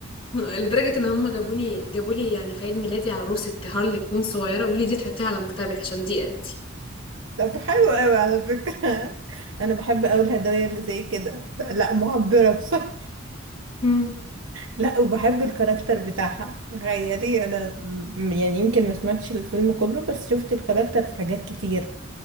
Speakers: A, on the left (about 30°); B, on the right (about 70°).
A: لدرجة ان هم جابوني جابولي يعني في عيد ميلادي عروسة هارلي كوين صغيرة قالوا لي دي تحطيها على مكتبك عشان دي انتي
B: <laughs> طب حلو قوي على فكرة <laughs> أنا بحب أوي الهدايا اللي زي كده لا معبرة بصراحة
A: مم.
B: لا وبحب الكاركتر بتاعها تخيلي أنا م- يعني يمكن ما سمعتش الفيلم كله بس شفت الكاركتر في حاجات كتير